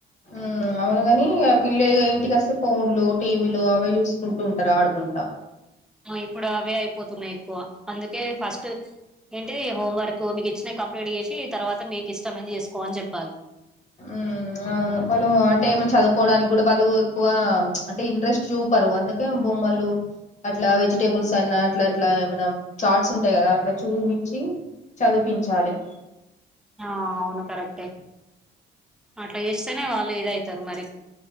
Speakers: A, on the left; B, in the centre.
A: మ్ అవును గాని ఇగ పిల్ల ఇంటికి వస్తే ఫోన్లు టీవీలు అవే చూసుకుంటూ ఉంటారు ఆడుకుంటా
B: ఇప్పుడు అవే అయిపోతున్నాయి ఎక్కువ అందుకే ఫస్ట్ ఏంటిది హోంవర్క్ మీకు ఇచ్చిన కంప్లీట్ చేసి తర్వాత మీకు ఇష్టమైది చేసుకో అని జెప్
A: ఉమ్ అవును వాళ్ళు అంటే ఏమన్నా చదువుకోవడానికి కూడా వాళ్ళు ఎక్కువ అంటే ఇంట్రెస్ట్ చూపరు అందుక్ అంటే బొమ్మలు అట్లా వెజిటేబుల్స్ అన్నా అట్లా అట్లా ఏమన చాట్స్ ఉం టె కదా అట్లా చూపించి చదిపించాలి
B: ఆ అవును కరెక్ట్టె అట్లా చేస్తేనే వాళ్ళు ఇదయితరు మరి